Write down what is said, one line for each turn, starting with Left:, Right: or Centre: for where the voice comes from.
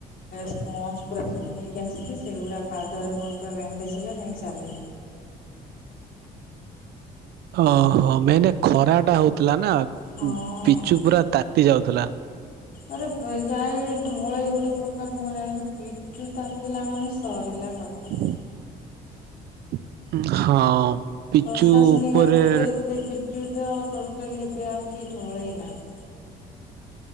Left: ସ୍ପଜ ପୁରା ସବୁ ନେଇକି ଆସିଲେ ସେଗୁଡା ପାଦରେ ମୋର ପୁରା ବଣ୍ଡେଜ ହେଲା ଯାଇକି ଚାଲିଲେ।
Right: ଓହୋ ମେନ ଖରା ଟା ହଉଥିଲା ନା
Left: ହଁ।
Right: ପିଚୁ ପୁରା ତାତି ଯାଉଥିଲା।
Left: ଆରେ ଯାଇ ଧଳେଇ ଗୋଟେ ପ୍ରକାର ମୁଁ ଜାଣଛି ଚୁ ତାତିଲା ମାନେ ସରିଲା କଥା।
Right: ହଁ। ପିଚୁ
Left: ଶତାସିିନୀ
Right: ଉପରେ
Left: ଘାଟ ର ତ ଏତେ ପିଚୁ ତ ଟୋଟାଲି ଏବେ ଆଉ କି ଢଳେଇ ନାହିଁ।